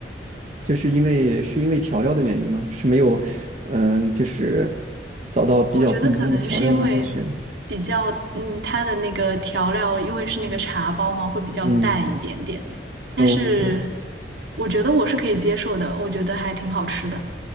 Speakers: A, on the right; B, on the right.
A: 就是因为是因为调料的原因吗？是没有，嗯，就是找到比较正宗的调料吗？
B: 我觉得可能是因为
A: 还是
B: 比较，嗯，它的那个调料，因为是那个茶包嘛，会比较淡一点点。
A: 嗯
B: 但是
A: ，OK，
B: 我觉得我是可以接受的，我觉得还挺好吃的。